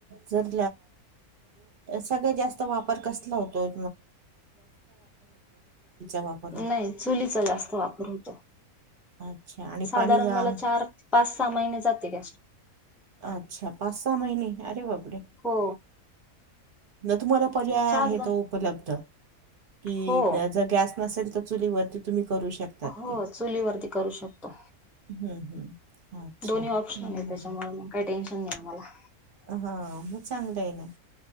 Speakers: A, on the right (about 45°); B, in the centre.
A: जर सगळ्यात जास्त वापर चुलीचा होतो वापर
B: गॅस पेक्षा चुलीचा वापर जास्त होतो
A: अच्छा
B: गॅस
A: आणि
B: टाकी
A: पाणी
B: कमीत
A: गांग
B: कमी मला पाच सहा महिने जाते
A: म्हणजे पाच सहा महिने जाते अरे बापरे
B: हो
A: तुम्हाला पर्याय
B: मग चहाच
A: आहे
B: बन
A: उपलब्ध नाही
B: हो
A: कि जर गॅस नसेल तर चुलीवरती तुम्ही करू शकता ते
B: हो चुलीवरती करू शकतो
A: हम्म, हम्म.
B: आम्हाला
A: अच्छा
B: काही टेन्शन
A: बरं
B: नाही कारण दोन्ही ऑप्शन आहे
A: हा मग तुम्हाला चांगलं आहे ना